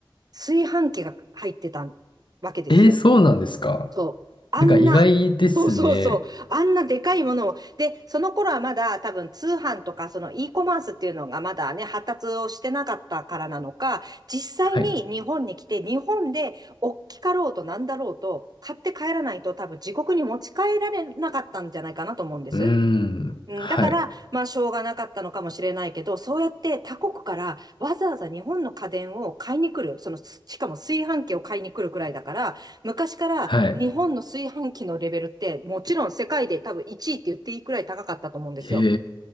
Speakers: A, on the right; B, on the left.
A: 炊飯器が入ってたわけですよ。
B: えー、そうなんですか
A: そう。あんな、
B: なんか意外ですね。
A: そうそうそう。あんなでかいものを。で、その頃はまだ多分通販とかその e コマースっていうのがまだね、発達をしてなかったからなのか、実際に日本に来て、
B: はい。
A: 日本で大きかろうとなんだろうと、買って帰らないと多分自国に持ち帰られなかったんじゃないかなと思うんです。
B: うーん。
A: うん、
B: はい。
A: だから、まあ、しょうがなかったのかもしれないけど、そうやって他国からわざわざ日本の家電を買いに来る、その、すしかも炊飯器を買いに来るくらいだから、昔から日本の炊飯器のレベルって、
B: はい。
A: もちろん世界で多分1位って言っていいくらい高かったと思うんですよ。
B: へ